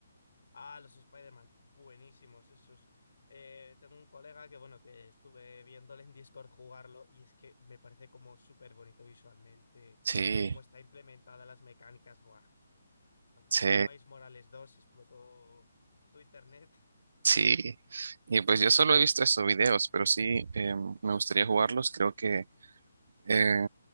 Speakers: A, on the left; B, on the right.
A: Ah, los Spider-Man. Buenísimos esos. Eh, tengo un colega que, bueno, que estuve viéndole en Discord jugarlo y es que me parece como súper bonito visualmente,
B: Sí,
A: cómo está implementada las mecánicas. Buah. Cuando
B: sí,
A: salió el Miles Morales 2 explotó tu internet.
B: sí. Y pues yo solo he visto esos videos, pero sí, eh, me gustaría jugarlos. Creo que
A: Ujú.
B: eh,